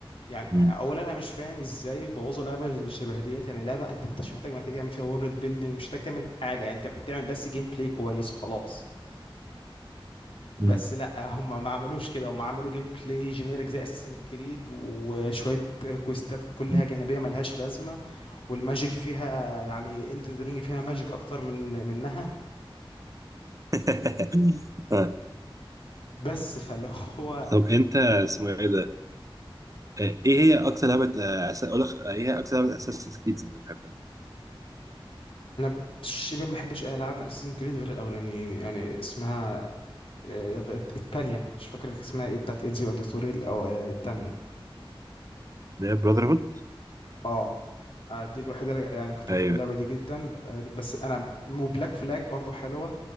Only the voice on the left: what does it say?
يعني
اولا انا مش فاهم ازاي بوظوا لعبه شبه ديت يعني لعبه انت مش محتاج محتاج تعمل فيها وورلد بيلدينج مش محتاج تعمل حاجه يعني انت محتاج تعمل بس جيم بلاي كويس وخلاص
بس لا هم ما عملوش كده هم عملوا جيم بلاي جينيرك زي اساسن كريد وشويه كويستات كلها
جانبيه ملهاش لازمه والماجيك فيها يعني الدن رينج فيها ماجيك اكتر من منها
بس فلو هو
انا شبه ما بحبش اي العاب من اساسن كريد غير الاولانيين يعني اسمها آه، غ- التانية مش فاكر اسمها ايه بتاعت ايدزيو اوديتوري او آه، التانية
اه آه، دي الوحيدة اللي- يعني كنت بحب
اللعبة دي جدا ب- آه، بس انا وبلاك فلاج برضو حلوة